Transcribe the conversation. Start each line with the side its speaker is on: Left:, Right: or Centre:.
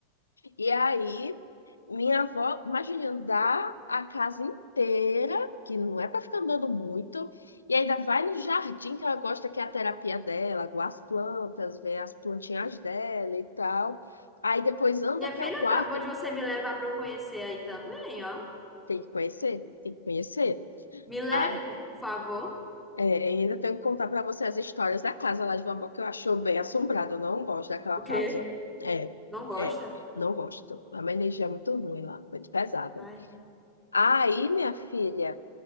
Left: E aí, minha avó, imagina, andar a casa inteira, que não é para ficar andando muito, e ainda vai no jardim que ela gosta, que é a terapia dela, guarda as plantas, vê as plantinhas dela e tal. Aí depois anda
Centre: Minha
Left: até
Centre: filha,
Left: o quarto,
Centre: tá bom de você me levar para eu conhecer aí também, ó.
Left: tem que conhecer, tem que conhecer.
Centre: Me leve,
Left: Ah,
Centre: por favor.
Left: É, e ainda tenho que contar para você as histórias da casa lá de vovó que eu acho bem assombrado. Eu não gosto daquela
Centre: O
Left: casa.
Centre: quê?
Left: É,
Centre: Não gosta?
Left: é, não gosto. É uma energia muito ruim lá, muito pesada.
Centre: Ai,
Left: Aí, minha filha,